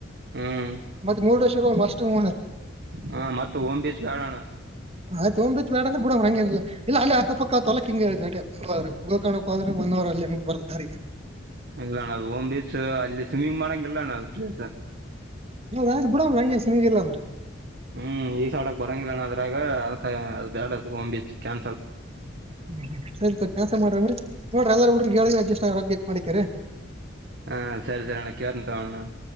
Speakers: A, on the right (about 55°); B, on the right (about 30°).
A: ಹ್ಮ್
B: ಮತ್ತೆ ಮೂರುಡೇಶ್ವರ ಅಷ್ಟು <unintelligible>
A: ಹ ಮತ್ತ ಓಮ್ ಬೀಚ್ ಬೇಡಣ
B: ಅಯ್ತು ತಗ ಬೀಚ್ ಬೇಡಂದ್ರೆ ಬಿಡ ಹಂಗೇನ ಇಲ್ಲ ಇಲ್ಲ ಅಲ್ಲೇ ಹಾಕ ಪಕ್ಕ ತೋಲಕ್ಕಿಂಗೆ <unintelligible> ಗೋಕರ್ಣಕ್ಕ ಹೋದ್ರ ಒನ್ ಅವರ್ ಅಲ್ಲೇ ಮುಂದ ಬರ್ ದಾರಿಗೆ.
A: ಇಲ್ಲ ಅಣ್ಣ ಅದು ಓಮ್ ಬೀಚ್ ಅಲ್ಲಿ ಸ್ವಿಮ್ಮಿಂಗ್ ಮಾಡಂಗಿಲ್ಲಣ್ಣ ಅ ಪ್ಲೇಸ್.
B: ಆಯ್ತು ಬಿಡ ಹಂಗೆ ಸ್ವಿಮ್ಮಿಂಗ್ ಇಲ್ಲಾಂದ್ರೆ.
A: ಹ್ಮ್ ಈಸಾಡಕ್ ಬರಂಗಿಲ್ಲಾಣ ಅದ್ರಾಗ ಅದ್ಕೆ ಅದ್ ಬ್ಯಾಡ ಅದು ಹೋಂಬೀಚ್ ಕ್ಯಾನ್ಸಲ್.
B: ಹ್ಮ್ ಸರಿ ಸ ಕೆಲ್ಸ ಮಾಡವ್ರಿ ನೋಡ್ರ ಎಲ್ಲಾರ ಹುಡ್ರುಗೇಳಿದ್ರೆ ಅಡ್ಜಸ್ಟ್ ಆಗತ್ ಮಾಡಿತ್ತೇರಿ.
A: ಹಾ ಸರಿ ಸರಿ ಅಣ್ಣ ಕೇಳ್ತನ್ ತಗ ಅಣ್ಣ